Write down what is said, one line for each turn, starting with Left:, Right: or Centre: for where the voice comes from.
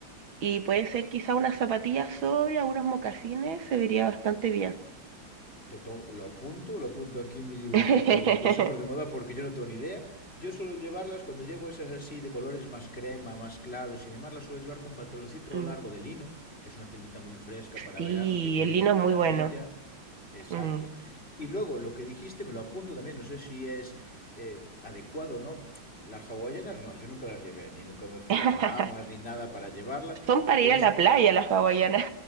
Right: y pueden ser quizás unas zapatillas sobre, unos mocasines, se vería bastante bien.
Left: Te to- lo apunto, lo apunto aquí en mi libretita
Right: <laughs>
Left: de consejos de moda porque yo no tengo ni idea. Yo suelo llevarlas cuando llevo esas así de colores más crema, más claros y demás, las suelo llevar con pantaloncito
Right: Mm.
Left: largo de lino, que es una telita muy fresca para
Right: Sí,
Left: verano que viene
Right: el lino
Left: de maravilla.
Right: es muy bueno.
Left: Exacto.
Right: Mm.
Left: Y luego lo que dijiste me lo apunto también, no sé si es eh, adecuado o no. Las hawaianas no, yo nunca las llevé, ni nunca me fui
Right: <laughs>
Left: a Bahamas ni nada para llevarla,
Right: Son para
Left: pero
Right: ir a
Left: sí
Right: la
Left: que
Right: playa las hawaianas.